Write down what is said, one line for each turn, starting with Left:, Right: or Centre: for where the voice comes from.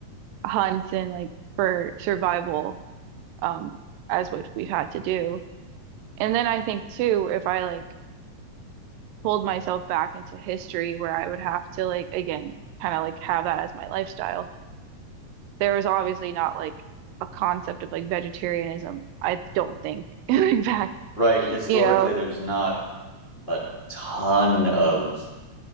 Right: hunt and like for survival um, as what we've had to do. And then I think too, if I like pulled myself back into history where I would have to like again kind of like have that as my lifestyle, there was obviously not like a concept of like vegetarianism. I don't think <laughs> back,
Left: right, historically,
Right: you know,
Left: there's not a ton of